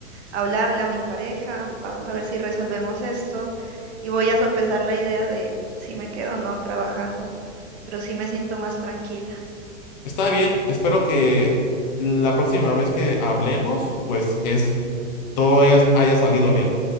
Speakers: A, on the right; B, on the left.
A: hablarle a mi pareja, vamos a ver si resolvemos esto y voy a sopesar la idea de si me quedo o no trabajando, pero sí me siento más tranquila.
B: está bien, espero que la próxima vez que hablemos pues es todo es- haya salido bien.